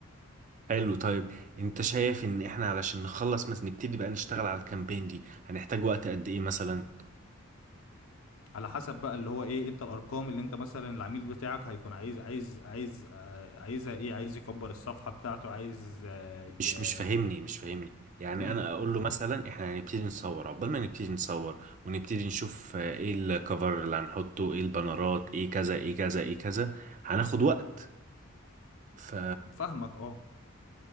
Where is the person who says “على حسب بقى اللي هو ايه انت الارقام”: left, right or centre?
Left